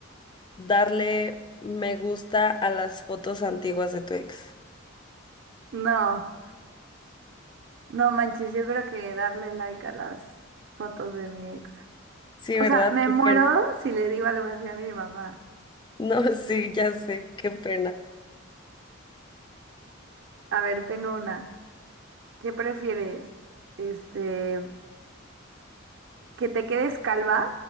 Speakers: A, on the left (about 20°); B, on the right (about 55°).
A: darle me gusta a las fotos antiguas de tu ex.
B: No, no manches, yo creo que darle like a las fotos de mi ex.
A: Sí, ¿verdad?
B: O sea, me
A: Qué
B: muero
A: pena.
B: si le digo algo así a mi mamá.
A: No, <laughs> sí, ya sé, qué pena.
B: A ver, tengo una. ¿Qué prefieres? Este, que te quedes calva,